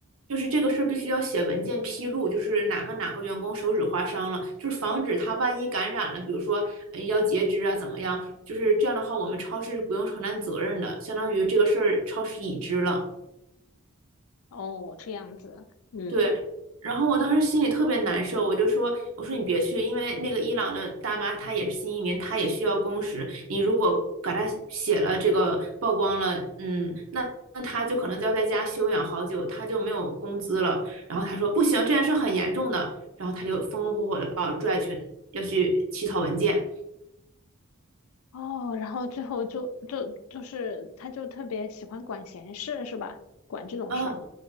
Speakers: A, on the right (about 75°); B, on the left (about 75°).
A: 就是这个事儿必须要写文件披露，就是哪个哪个员工手指划伤了，就是防止他万一感染了，比如说呃要截肢啊怎么样，就是这样的话我们超市是不用承担责任的，相当于这个事儿超市已知了。
B: <laughs> 哦，这样子，嗯，
A: 对，然后我当时心里特别难受，我就说，我说你别去，因为那个伊朗的大妈她也是新移民，她也需要工时，你如果给她写了这个曝光了，嗯，那那她就可能就要在家休养好久，她就没有工资了。然后她说不行，这件事很严重的，然后她就风风火火的把我拽去要去起草文件。
B: 哦，然后最后就就就是他就特别喜欢管闲事，是吧？管这种事儿，
A: 啊，